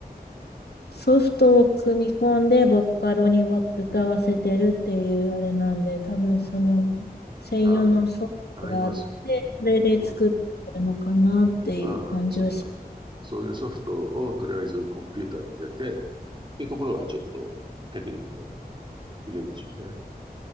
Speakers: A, on the left; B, on the right.
A: ソフトを組み込んでボカロにわ歌わせてるっていうあれなんで、多分その専用のソフトがあって、
B: ああ、ありますよね。
A: それで作ってるのかなっていう感じはし
B: うん。ああ、そっか。そういうソフトをとりあえずコンピューターに入れて、っていうところはちょっとテクニックがいるんでしょうね。